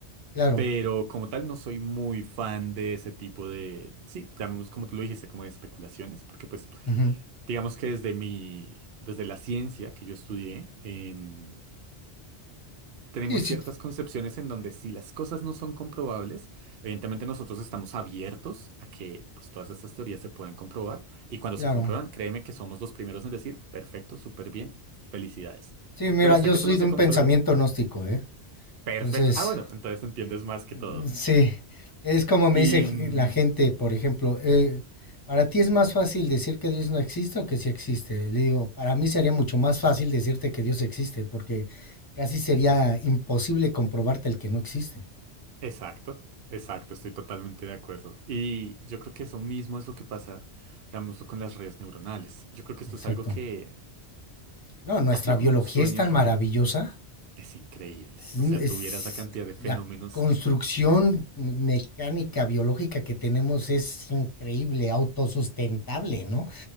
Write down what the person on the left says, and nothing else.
claro.
ujú.
Sí, sí,
claro.
Sí, mira,
yo
soy
de
un
pensamiento gnóstico, ¿eh?
Entonces,
mm,
sí, es como me
dice g-
la gente, por ejemplo, eh, ¿para ti es más fácil decir que Dios no existe o que sí existe? Le digo, para mí sería mucho más fácil decirte que Dios existe, porque casi sería imposible comprobarte el que no existe.
Exacto.
No, nuestra
biología
es tan
maravillosa.
Es, es-
la construcción mecánica, biológica que tenemos es increíble, autosustentable, ¿no?